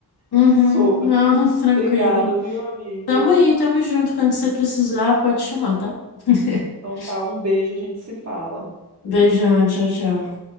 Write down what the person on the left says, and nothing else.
Uhum,
não, <laughs> tranquilo.
Tamo aí, tamo junto. Quando você precisar, pode chamar, tá? <laughs>
Beijão, tchau, tchau.